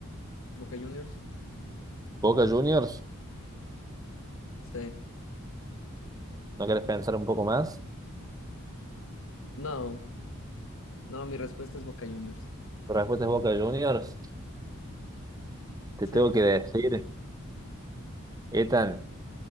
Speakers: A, on the left; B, on the right.
A: Boca Juniors.
B: Boca Juniors,
A: Sí.
B: ¿no querés pensar un poco más?
A: No, No, mi respuesta es Boca Juniors.
B: Respuesta es Boca Juniors. Te
A: Sí,
B: tengo que decir, Ethan,